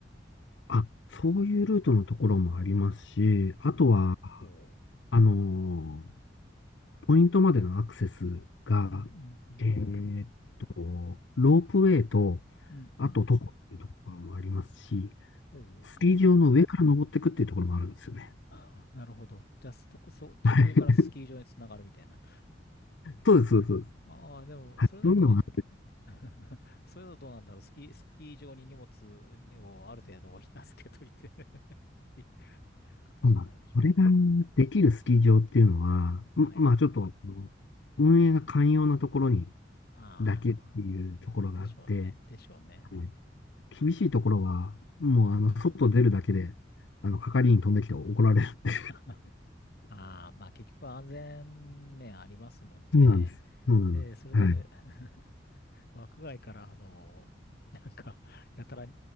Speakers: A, on the left; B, on the left.
A: あ、そういうルートのところもありますし、あとは、
B: おう、おう。
A: あのーポイントまでのアクセスが、
B: うんうんうん。
A: えーっと、ロープウェイと、
B: うんうんうん。
A: あと徒歩っていうところもありますし、
B: おう。
A: スキー場の上から登っていくっていうところもあるんですよね。
B: <laughs> なるほど。じゃあ、そこ、そ、途中からスキー場につながるみたいな。
A: <laughs> はい。そうです、そうです。そうです
B: ああ、でも、
A: はい。
B: それだと
A: そういうのが、
B: <laughs> それだとどうなんだろう。スキー、スキー場に荷物をある程度預けといて <laughs> っていう形になるんでしょうかね。
A: そうなんそれができるスキー場っていうのは、んまあちょっと、
B: はい。
A: あの運営が寛容なところに
B: あ
A: だけっていうところがあって、
B: あ、でしょうね。でしょうね。
A: はい厳しいところは、もうあの、外出るだけで、あの、係員飛んできて怒られるって
B: <laughs> ああ、まあ結局安全面ありますもんね。
A: <laughs> そうなんです。そうなんです。
B: で、それで
A: はい。
B: <laughs> 枠外から、あの、なんか、やたら